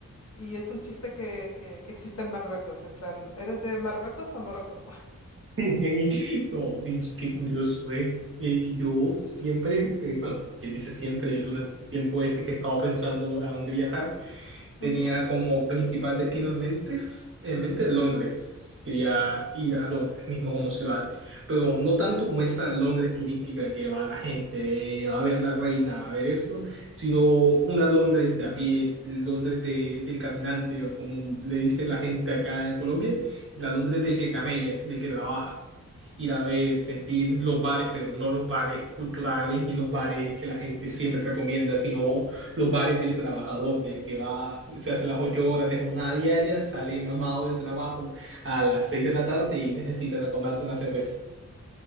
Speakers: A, on the left; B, on the right.
A: Y es un chiste que, que, que existe en Marruecos, en plan, ¿eres de Marruecos o Morocco?
B: <laughs> No, Vince, qué curioso, ¿eh? Y yo siempre, eh, bueno, quien dice siempre, durante el tiempo este que he estado pensando a dónde viajar. tenía
A: <laughs> Ujú.
B: como principal destino en mente, en mente Londres. Quería ir a Londres mismo como ciudad, pero no tanto como esa Londres turística que va la gente eh, a ver la reina, a ver eso, sino una Londres de a pie, Londres de el caminante, o como le dice la gente acá en Colombia, la Londres del que camella, del que trabaja. Ir a ver, sentir los bares, pero no los bares culturales ni los bares que la gente siempre recomienda, sino los bares del trabajador, del que va, se hace las ocho horas de jornada diaria, sale mamado del trabajo a las seis de la tarde y necesitan a tomarse una cerveza.